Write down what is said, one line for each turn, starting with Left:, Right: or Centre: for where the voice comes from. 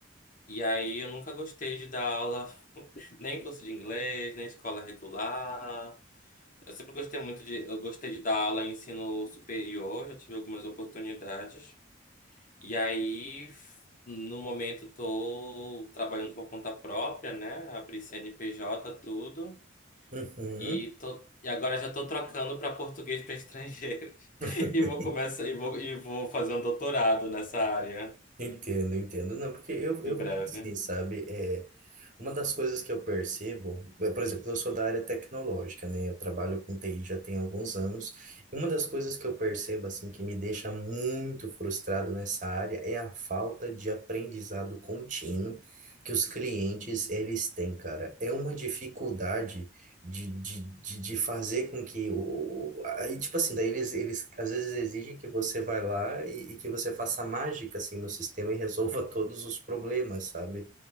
Left: e aí eu nunca gostei de dar aula <laughs> nem em curso de inglês, nem em escola regular. Eu sempre gostei muito de, eu gostei de dar aula em ensino superior, já tive algumas oportunidades. E aí No momento, estou trabalhando por conta própria, né? Abri CNPJ, tudo.
Right: Uhum.
Left: E, tô, e agora já estou trocando para português para estrangeiros.
Right: <laughs>
Left: <laughs> E vou começar e vou, e vou fazer um doutorado nessa área
Right: Entendo, entendo. Não, porque eu, eu
Left: em breve.
Right: vejo assim, sabe? É, uma das coisas que eu percebo, é, por exemplo, eu sou da área tecnológica, né? Eu trabalho com T I já tem alguns anos. E uma das coisas que eu percebo, assim, que me deixa muito frustrado nessa área é a falta de aprendizado contínuo que os clientes, eles têm, cara. É uma dificuldade de, de, de, de fazer com que o. Aí, tipo assim, daí eles, eles às vezes exigem que você vai lá e, e que você faça mágica, assim, no sistema e <laughs> resolva todos os problemas, sabe?